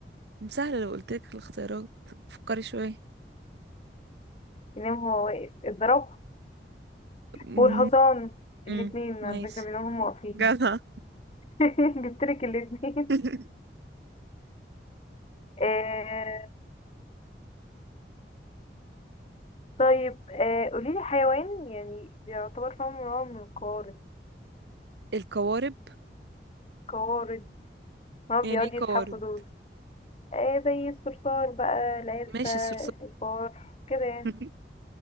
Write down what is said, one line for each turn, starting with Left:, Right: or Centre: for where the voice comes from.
Right: سهلة لو قلتلك الاختيارات فكري شوية
Left: ينام هو واقف الزرافة
Right: مم.
Left: والحصان
Right: مم.
Left: الاتنين
Right: ماشي
Left: على فكرة بيناموا هما واقفين
Right: جدع
Left: <laughs> جبتلك الاتنين
Right: <laughs>
Left: آه، طيب آه قوليلي حيوان يعني بيعتبر فاهم نوع من القوارض
Right: القوارب
Left: قوارض ما هو
Right: يعني
Left: بيقعد
Right: ايه
Left: يزحفوا
Right: قوارب
Left: دول آه زي الصرصار بقى العرسة
Right: ماشي الصرصار
Left: الفار كده يعني
Right: <laughs>